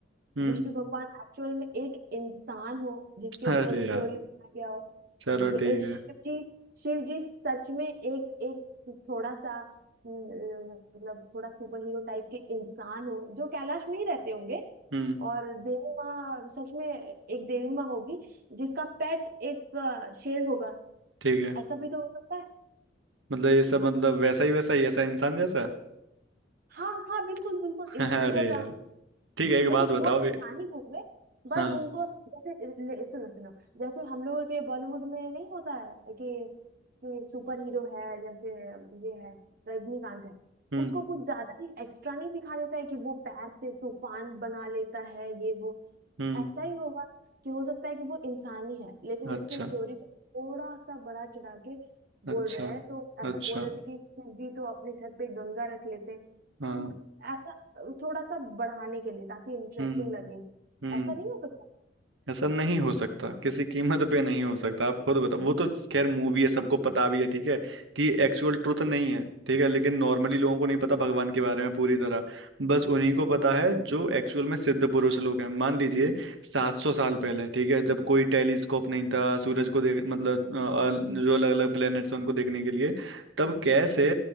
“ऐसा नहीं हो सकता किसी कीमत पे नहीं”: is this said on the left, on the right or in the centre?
Right